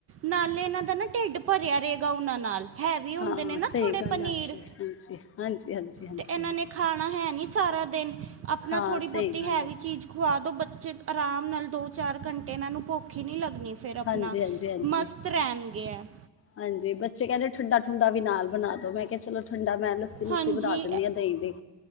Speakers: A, on the right; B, on the left.
A: ਨਾਲੇ ਐਨਾ ਦਾ ਨਾ ਢਿੱਡ ਭਰਿਆ ਰੇਗਾ ਉਨਾਂ ਨਾਲ ਹੈਵੀ ਹੁੰਦੇ
B: ਹਾਂ
A: ਨੇ ਨਾ
B: ਸਹੀ
A: ਥੋੜੇ
B: ਗੱਲ
A: ਪਨੀਰ।
B: ਆਖੀ ਹਾਂਜੀ ਹਾਂਜੀ ਹਾਂਜੀ ਹਾਂਜੀ
A: ਤੇ ਐਨਾਂ
B: ਹਾਂਜੀ
A: ਨੇ ਖਾਣਾ ਹੈ ਨੀ ਸਾਰਾ ਦੇਨ ਆਪਣਾ
B: ਹਾਂ
A: ਥੋੜ੍ਹੀ ਬੌਤੀ
B: ਸਹੀ ਗੱਲ
A: ਹੈਵੀ
B: ਹੈ
A: ਚੀਜ਼ ਖਵਾ ਦੋ ਬੱਚੇ ਆਰਾਮ ਨਾਲ ਦੋ ਚਾਰ ਘੰਟੇ ਏਨਾਂ ਨੂੰ ਭੁਖ ਈ ਨੀ ਲੱਗ ਣੀ ਫੇਰ ਅਪਣਾ
B: ਹਾਂਜੀ ਹਾਂਜੀ ਹਾਂਜੀ
A: ਮਸਤ ਰੈਣ <unintelligible>
B: ਹਾਂਜੀ ਬੱਚੇ ਕਹਿੰਦੇ ਠੰਡਾਠੁੰਡਾ ਵੀ ਨਾਲ ਬਣਾ ਦੋ ਮੈਂ ਕਿਹਾ ਚਲੋ ਠੰਡਾ ਮੈਂ ਲੱਸੀ ਲੁੱਸੀ
A: ਹਾਂਜੀ
B: ਬਣਾ ਦਿੰਦੀ ਹਾਂ ਦਹੀਂ ਦੀ।